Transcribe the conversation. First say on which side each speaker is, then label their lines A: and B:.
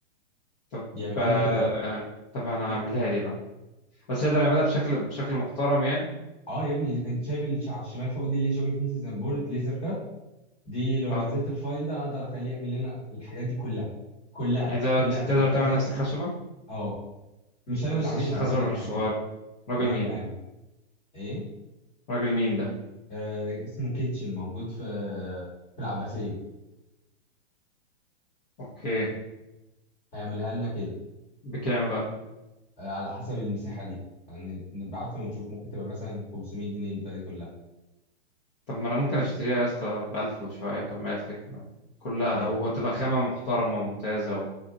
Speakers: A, on the left; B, on the left.
A: طب
B: يعملها
A: آه،
B: لنا كده
A: طب انا هعملها
B: ي-
A: لي بقى بس اقدر اعملها بشكل بشكل محترم يعني
B: اه يا ابني انت شايف اللي على الشمال فوق دي اللي هي شغل بيسز اند بورد ليزر كات دي لو
A: اه
B: نزلت الفايل ده اقدر اخليه يعمل لنا الحاجات دي كلها كلها
A: يعني تقدر
B: كلها
A: تقدر
B: كده
A: تعمل
B: بخ...
A: نفس الخشبة
B: اه مش انا
A: بس
B: اللي عاملها
A: الخشبة
B: الراجل
A: مش
B: هيعملها
A: صغيرة راجل
B: الراجل
A: مين
B: هيعمل ايه
A: راجل مين ده
B: آه اسمه كيتشن موجود في في العباسيه
A: اوكي
B: هيعملها لنا كده
A: بكام بقى
B: آه، على حسب المساحه دي يعني نبعت له ونشوف ممكن تبقى مثلا 500 جنيه البتاعه دي كلها
A: طب ما انا ممكن اشتريها يا اسطى بألف وشوية طب ما هي الفكرة كلها
B: آه،
A: هو تبقى خامة محترمة وممتازة و...